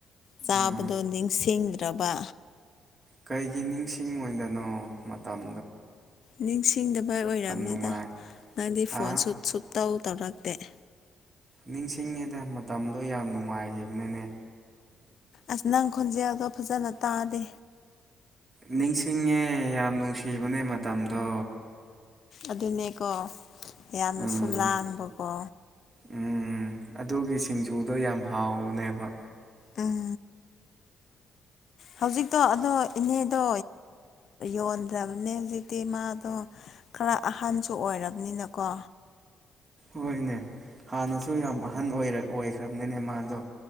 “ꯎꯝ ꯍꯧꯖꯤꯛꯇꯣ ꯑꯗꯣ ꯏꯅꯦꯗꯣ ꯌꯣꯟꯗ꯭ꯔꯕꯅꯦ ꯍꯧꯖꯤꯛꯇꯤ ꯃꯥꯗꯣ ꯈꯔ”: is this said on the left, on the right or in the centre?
Left